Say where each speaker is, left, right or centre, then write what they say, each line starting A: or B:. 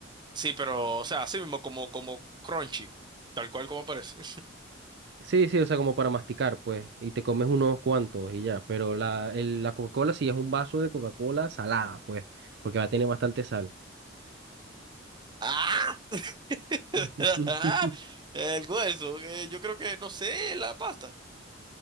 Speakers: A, on the right; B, on the right.
A: Sí, pero, o sea, así mismo como, como crunchy, tal cual como parece.
B: Sí, sí, o sea, como para masticar, pues, y te comes unos cuantos y ya, pero la, el- la Coca-Cola sí es un vaso de Coca-Cola salada, pues, porque va a tener bastante sal.
A: <laughs> ¡Ah! <laughs>
B: <laughs>
A: El hueso, eh, yo creo que, no sé, la pasta.